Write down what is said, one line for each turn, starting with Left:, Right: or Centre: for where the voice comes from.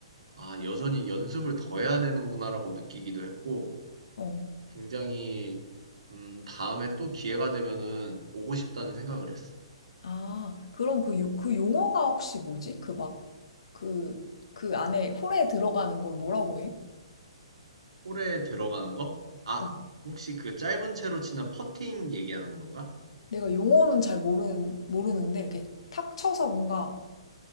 Right: 아, 여전히 연습을 더 해야 되는구나라고 느끼기도 했고,
Left: 어.
Right: 굉장히, 음, 다음에 또 기회가 되면은 오고 싶다는 생각을 했어.
Left: 아, 그럼 그, 요- 그 용어가 혹시 뭐지? 그 막, 그, 그 안에 홀에 들어가는 걸 뭐라고 해?
Right: 홀에 들어가는 거? 아,
Left: 어.
Right: 혹시 그 짧은 채로 치는 퍼팅 얘기하는 건가?
Left: 내가 용어는 잘 모르는, 모르는데, 이렇게 탁 쳐서 뭔가